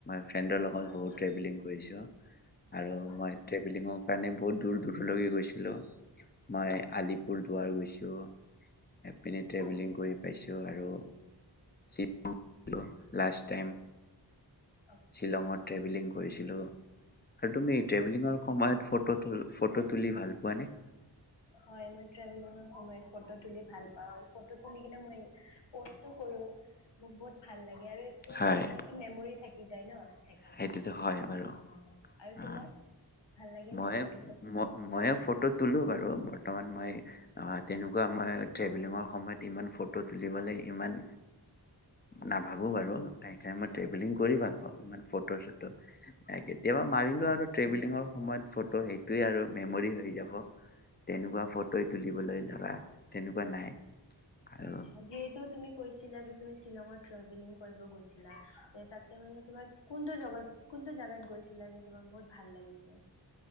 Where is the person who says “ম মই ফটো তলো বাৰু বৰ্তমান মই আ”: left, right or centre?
Left